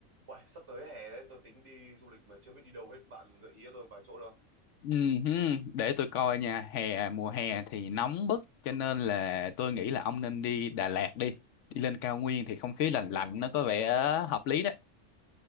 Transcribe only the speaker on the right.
Uầy, sắp tới hè đấy, tôi tính đi du lịch mà chưa biết đi đâu hết. Bạn gợi ý cho tôi một vài chỗ được không?